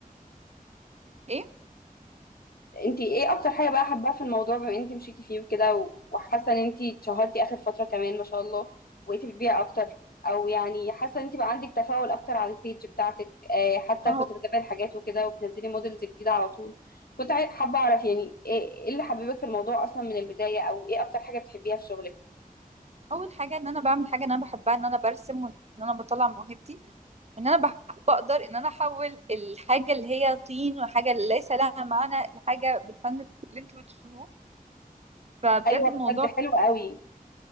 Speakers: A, on the right; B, on the left.
A: ايه
B: انتي ايه اكتر حاجة بقى حابة في الموضوع بما انتي مشيتي فيه وكده و- وحاسة ان انتي اتشهرتي اخر فترة كمان ما شاء الله وبقيتي بتبيعي اكتر او يعني حاسة ان انتي بقى عندك تفاعل اكتر على البيج بتاعتك آه حتى
A: ما
B: كنت
A: هو
B: بتابعي الحاجات وكده وبتنزلي موديلز جديدة على طول كنت عاي- حابة اعرف يعني ايه ايه اللي حببك في الموضوع اصلا من البداية او ايه اكتر حاجة بتحبيها في شغلك
A: اول حاجه ان انا بعمل حاجه انا بحبها ان انا برسم وان انا بطلع موهبتي وان انا بح- بقدر ان انا احول الحاجه اللي هي طين وحاجه ليس لها معنى لحاجه بالفن اللي انتوا بتشوفوه فبجد
B: ايوه
A: الموضوع
B: بجد حلو قوي